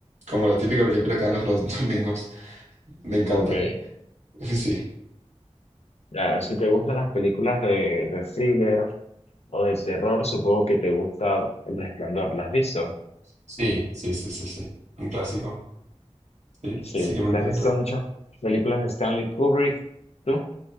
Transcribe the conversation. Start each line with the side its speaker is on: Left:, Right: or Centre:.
Right: como la típica película que dan los, los domingos, me encantan,
Left: ok,
Right: <laughs> sí.
Left: ya, si te gustan las películas de, de thriller o de terror, supongo que te gusta El Resplandor, ¿las has visto?
Right: Sí, sí, sí, sí, sí. Un clásico. Sí,
Left: Sí,
Right: sí que me
Left: ¿te
Right: encanta.
Left: has visto muchas películas de Stanley Kubrick? ¿Tú?